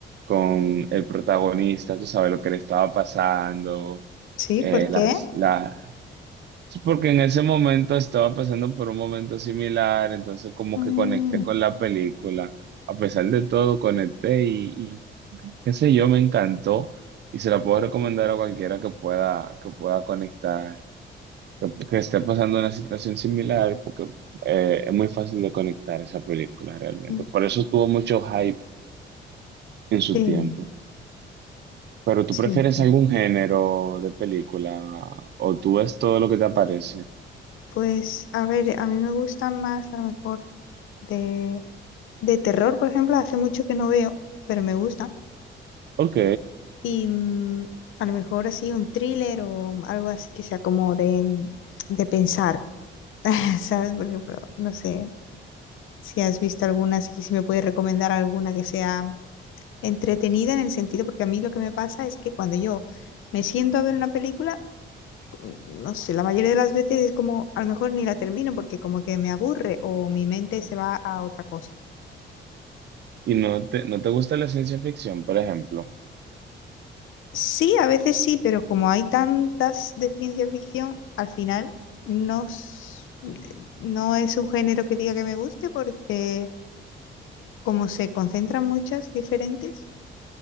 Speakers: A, on the right; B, on the left.
A: con el protagonista, tú sabes lo que le estaba pasando,
B: Sí,
A: eh,
B: ¿por qué?
A: las, la- Sí, porque en ese momento estaba pasando por un momento similar, entonces como
B: Mm,
A: que conecté con la película. A pesar de todo, conecté y, y qué sé yo, me encantó y se la puedo recomendar a cualquiera que pueda, que pueda conectar, que, que esté pasando una situación similar, porque eh, es muy fácil de conectar esa película realmente.
B: mm.
A: Por eso tuvo mucho hype en su
B: Sí,
A: tiempo. Pero ¿tú
B: sí,
A: prefieres
B: entiendo.
A: algún género de película o tú ves todo lo que te aparece?
B: Pues, a ver, a mí me gustan más, a lo mejor, de, de terror, por ejemplo, hace mucho que no veo, pero me gusta.
A: Ok,
B: Y mm, a lo mejor así un thriller o algo así que sea como de, de pensar, <laughs> ¿sabes? Por ejemplo, no sé si has visto alguna, si, si me puedes recomendar alguna que sea entretenida en el sentido, porque a mí lo que me pasa es que cuando yo me siento a ver una película, no sé, la mayoría de las veces es como, a lo mejor ni la termino porque como que me aburre o mi mente se va a otra cosa.
A: ¿Y no te, no te gusta la ciencia ficción, por ejemplo?
B: Sí, a veces sí, pero como hay tantas de ciencia ficción, al final no, s- no es un género que diga que me guste porque como se concentran muchas diferentes,